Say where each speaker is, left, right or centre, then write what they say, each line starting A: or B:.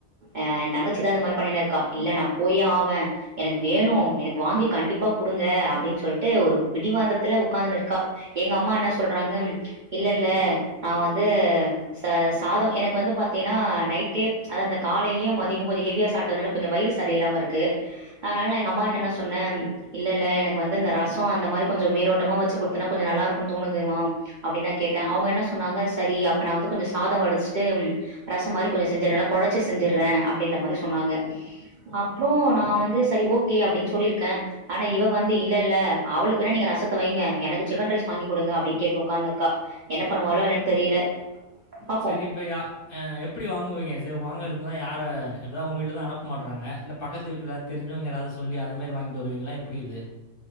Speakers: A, on the right; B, on the left.
A: அஹ என் தங்கச்சிதா இந்த மாரி பண்ணினு இருக்கா இல்ல நா போயே ஆவே எனக்கு வேணு எனக்கு வாங்கி கண்டிப்பா குடுங்க அப்டின் சொல்லிட்டு ஒரு பிடிவாதத்துல ஒட்காந்துனு இருக்கா எங்க அம்மா என்ன சொல்றாங்க இல்லல்ல நா வந்து ச சாதோ எனக்கு பாத்தினா நைட்டே அத்தா அந்த காலையிலயு மதியமு கொஞ்சோ ஹெவியா சாப்டனாலல கொஞ்சோ வயிறு சரியில்லாம இருக்கு அதனால நா எங்க அம்மாகிட்ட சொன்னே இல்லல்ல எனக்கு வந்து இந்த ரசோ அந்த மாரி கொஞ்சோ மேலோட்டமா வச்சு கொடுத்தினா கொஞ்சோ நல்லா இருக்குன்னு தோணுது மா அப்டின்னு நா கேட்ட அவுங்க என்ன சொன்னாங்க சரி அப் அப்ப நா வந்து கொஞ்சோ சாதோ வடிச்சுட்டு ரசம் மாரி கொஞ்சோ செஞ்சட்ற நல்லா கொழச்சி செஞ்சுட்றே அப்டின்ற மாரி சொன்னாங்க அப்புறோ நா வந்து சரி ஓகே அப்டின்னு சொல்லியிருக்கே ஆனா இவ வந்து இல்ல இல்ல அவளுக்கு வேனா நீங்க ரசத்த வைங்க எனக்கு சிக்கன் ரைஸ் வாங்கி கொடுங்க அப்டின்னு கேட்டு ஒக்காந்து இருக்கா என்ன பண்ணுவாலோ என்னன்னு தெரியல பாப்போ
B: செரி இப்ப யா ஆஹ் எப்டி வாங்குவீங்க சரி வாங்கறது னு யார இப்பத உங்க வீட்லதா அனுப்ப மாட்றாங்க இல்ல பக்கத்து வீட்ல தெரிஞ்சவங்க யாராவது சொல்லி அது மேரி வாங்கிட்டு வருவீங்களா எப்டி இது